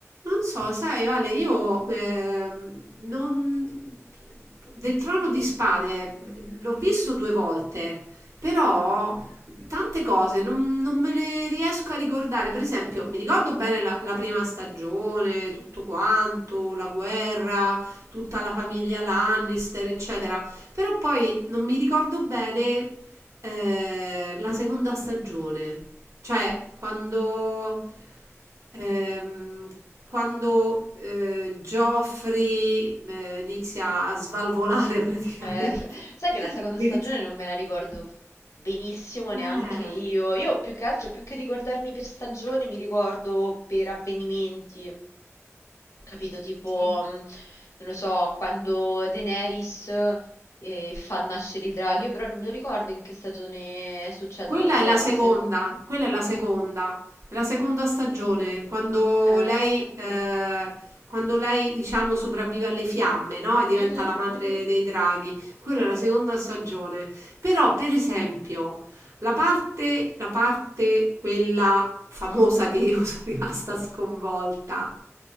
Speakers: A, on the right; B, on the left.
A: Non so, sai, Vale, io ehm, non... del Trono di Spade l'ho visto due volte, però tante cose non, non me le riesco a ricordare. Per esempio, mi ricordo bene la, la prima stagione, tutto quanto, la guerra, tutta la famiglia Lannister, eccetera, però poi non mi ricordo bene eh, la seconda stagione. Cioè, quando, ehm, quando eh, Joffrey eh, inizia a svalvolare praticamente.
B: Eh, <laughs> sai che
A: <laughs>
B: la seconda
A: Inizia-
B: stagione non me la ricordo benissimo neanche
A: Eh,
B: io. Io più che altro, più che ricordarmi per stagioni, mi ricordo per avvenimenti, capito? Tipo,
A: Sì.
B: mh, non lo so, quando Daenerys eh, fa nascere i draghi, io però non me lo ricordo in che stagione succedono
A: Quella
B: le
A: è
B: cose.
A: la seconda, quella è la
B: Mm,
A: seconda, è la seconda stagione, quando
B: ok.
A: lei, eh, quando lei, diciamo, sopravvive alle fiamme, no? E diventa
B: Mhm.
A: la madre dei draghi. Quella è la seconda stagione. Però, per esempio, la parte, la parte, quella famosa che io <laughs> sono rimasta sconvolta,